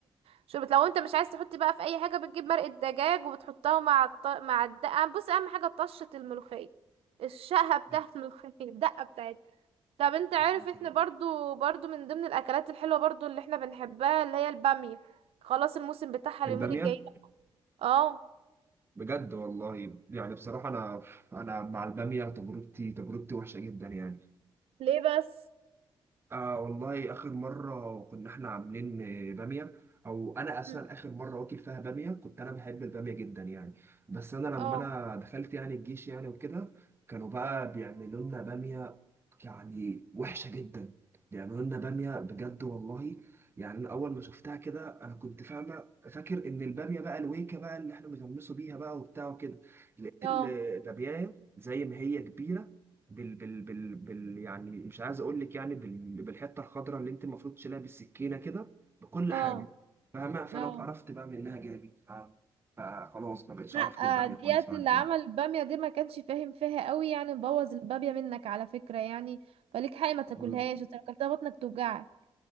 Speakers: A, on the right; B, on the right.
A: شوربة لو انت مش عايز تحط بقى في اي حاجة بتجيب مرقة دجاج وبتحطها مع الط... مع الدقة بص اهم حاجة طشة الملوخية الشقة
B: طب
A: بتاعت
B: حلو،
A: <laughs> الملوخية الدقة بتاعتها طب انت
B: تمام،
A: عارف احنا
B: طيب
A: برضو برضو من ضمن الاكلات الحلوة برضو اللي احنا بنحبها اللي هي البامية خلاص الموسم بتاعها اليومين
B: الباميه
A: الجايين اه
B: بجد والله يعني بصراحه انا انا مع الباميه تجربتي تجربتي وحشه جدا يعني
A: ليه بس
B: آه والله آخر مرة كنا إحنا عاملين آه، بامية أو أنا أصلا
A: مم.
B: آخر مرة واكل فيها بامية كنت أنا بحب البامية جدا يعني بس أنا لما
A: اه
B: أنا دخلت يعني الجيش يعني وكده كانوا بقى
A: مم.
B: بيعملوا لنا بامية يعني وحشة جدا بيعملوا لنا بامية بجد والله يعني أنا أول ما شفتها كده أنا كنت فاهمة فاكر إن البامية بقى الويكة بقى اللي إحنا بنغمسوا بيها بقى وبتاع وكده لقيت
A: اه
B: البامية زي ما هي كبيرة بال بال بال بال يعني مش عايز اقول لك يعني بال بالحته الخضراء اللي انت المفروض تشيلها بالسكينه كده بكل
A: اه
B: حاجه فاهمه فانا
A: اه
B: اتقرفت بقى من انها جالي ف- فخلاص ما بقتش
A: لا
B: اعرف اكل باميه
A: آه، ديت
B: خالص بعد
A: اللي
B: كده
A: عمل البامية دي ما كانش فاهم فيها قوي يعني بوظ البامية منك على فكرة يعني فليك حق ما تاكلهاش
B: مم.
A: انت لو اكلتها بطنك توجعك